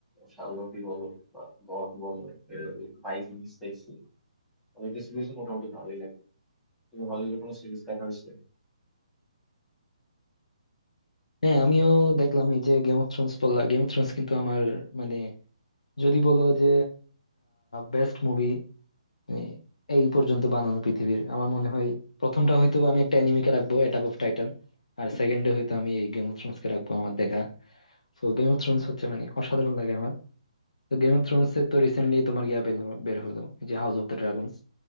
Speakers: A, in the centre; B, on the left.
A: শার্লকই বলো বা গড বলো ভাইকিংস দেখছি হলিউডের সিরিজ মোটামুটি ভালোই লাগে তুমি হলিউডের কোনো সিরিজ দেখা হয়েছে
B: হ্যাঁ আমিও দেখলাম এই যে গেম অফ থ্রোনস বললা গেম অফ থ্রোনস কিন্তু আমার মানে যদি বলো যে বেস্ট মুভি মানে এই পর্যন্ত বানানো পৃথিবীর আমার মনে হয় প্রথমটা হয়তো আমি একটা অ্যানিমেকে রাখবো অ্যাটাক অফ টাইটান আর সেকেন্ডে হয়তো আমি এই গেম অফ থ্রোনস কে রাখবো আমার দেখা তো গেম অফ থ্রোনস হচ্ছে মানে অসাধারণ লাগে আমার তো গেম অফ থ্রোনস এর তো রিসেন্টলি তোমার গিয়া বের হ- বের হলো ওই যে হাউস অফ দ্য ড্রাগনস